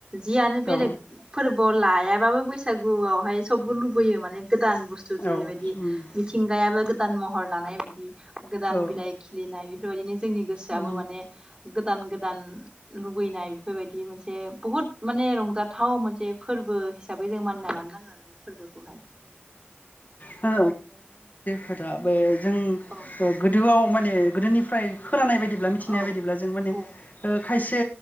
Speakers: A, on the right; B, on the left.
A: जियानो बेलेग
B: औ
A: फोरबो लायाबाबो बैसागुआवहाय सबबो लुबैयो माने गोदान बुस्थु जेरैबायदि
B: औ उम
A: मिथिंगायाबो गोदान महर लानाय बायदि गोदान
B: औ
A: बिलाइ खिलिनाय बेफोरबायदिनो जोंनि गोसोआबो
B: उम
A: माने गोदान गोदान लुुबैनाय बेफोरबायदि मोनसे बुहुत माने रंजाथाव मोनसे फोरबो हिसाबै जों मानिना लानो नाङो आरो बे फोरबोखौहाय
B: औ <unintelligible> खोथा बै जों
A: औ
B: ओ गोदोआव माने गोदोनिफ्राय खोनानाय बायदिब्ला मिथिनाय
A: औ
B: बायदिब्ला जों माने
A: बुं
B: ओ खायसे